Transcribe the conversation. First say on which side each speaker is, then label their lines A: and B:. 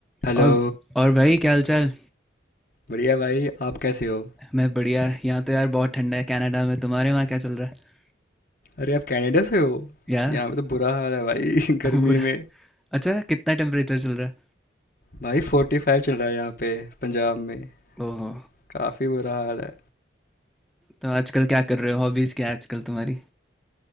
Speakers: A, on the left; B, in the centre.
A: Hello
B: और और भाई क्या हाल चाल
A: बढ़िया भाई आप कैसे हो
B: मैं बढ़िया यहाँ तो यार बहुत ठंडा है कनाडा में तुम्हारे वहाँ क्या चल रहा है
A: अरे आप कनाडा से हो
B: यार
A: यहाँ पे तो बुरा हाल है भाई <laughs> गर्मी
B: बुरा
A: में
B: अच्छा कितना टेम्परेचर चल रहा है
A: भाई फोर्टी फाइव चल रहा है यहाँ पे पंजाब में
B: ओहो
A: काफ़ी बुरा हाल है
B: तो आजकल क्या कर रहे हो हॉबीज़ क्या है आजकल तुम्हारी